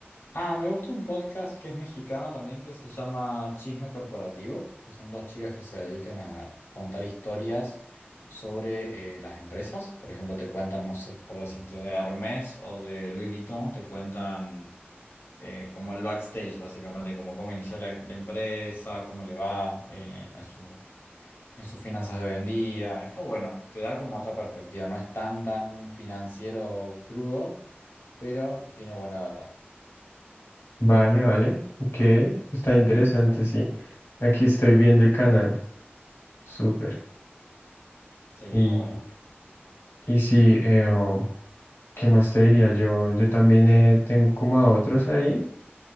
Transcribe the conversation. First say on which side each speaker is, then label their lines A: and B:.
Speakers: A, on the left; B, on the left.
A: Ah, me gusta un podcast que es mexicano también, que se llama Chisme Corporativo, que son dos chicas que se dedican a contar historias sobre eh, las empresas. Por ejemplo, te cuentan, no sé, por decirte, de Hermes o de Louis Vuitton, te cuentan eh, como el backstage, básicamente, como cómo inició la, la empresa, cómo le va eh, en su, en sus finanzas de hoy en día. Está bueno, te da como otra perspectiva, no es tan, tan financiero crudo, pero tiene buena data.
B: Vale, vale. Ok. Está interesante, sí. Aquí estoy viendo el canal. Súper.
A: Sí, está
B: Y,
A: bueno.
B: y sí, eh, um, ¿qué más te diría? Yo, yo también eh, tengo como a otros ahí